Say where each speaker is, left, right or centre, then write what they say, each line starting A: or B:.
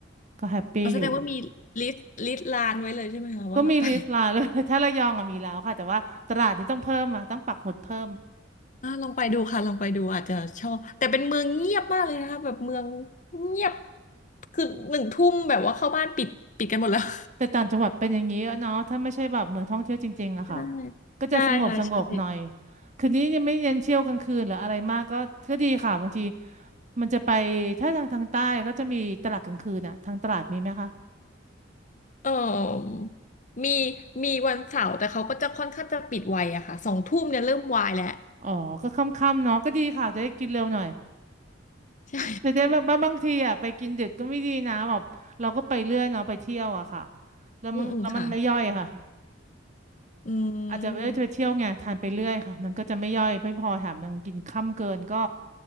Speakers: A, on the right; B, on the left.
A: ก็แฮปปี้อยู่
B: อ๋อแสดงว่ามีลิสต์ลิสต์ลานไว้เลยใช่ไหมคะว่าไป
A: ก็มีลิสต์ร้าน
B: <laughs>
A: <laughs> เลย <laughs> ถ้าระยองอะมีแล้วค่ะแต่ว่าตราดนี้ต้องเพิ่มอ่ะต้องปักหมุดเพิ่ม
B: อ่าลองไปดูค่ะลองไปดูอาจจะชอบแต่เป็นเมืองเงียบมากเลยนะคะแบบเมืองเงียบคือหนึ่งทุ่มแบบว่าเข้าบ้านปิดปิดกันหมดแล้ว <laughs>
A: แต่ต่างจังหวัดเป็นอย่างนี้อะเนาะถ้าไม่ใช่แบบเหมือนท่องเที่ยวจริงๆอะค่ะ
B: ใช่
A: ก็จะสงบสงบหน่อย
B: ใช่ค่ะใช่
A: คืนนี้ยังไม่เน้นเที่ยวกลางคืนหรืออะไรมากก็ก็ดีค่ะบางทีมันจะไปถ้าทางทางใต้ก็จะมีตลาดกลางคืนอะทางตลาดมีไหมคะ
B: เออมีมีวันเสาร์แต่เขาก็จะค่อนข้างจะปิดไวอะค่ะสองทุ่มเนี่ยเริ่มวายแล้ว
A: อ๋อก็ค่ำๆเนาะก็ดีค่ะจะได้กินเร็วหน่อย
B: ใช่
A: แต่ได้บางบางทีอะไปกินดึกก็ไม่ดีนะแบบเราก็ไปเรื่อยเนาะไปเที่ยวอะค่ะ
B: <laughs>
A: แล้วมันแล้วมันไม่ย่อยค่ะ
B: อืมอืมค่ะอืม
A: อาจจะไม่ได้ไปเที่ยวไงทานไปเรื่อยค่ะมันก็จะไม่ย่อยไม่พอแถมมันกินค่ำเกินก็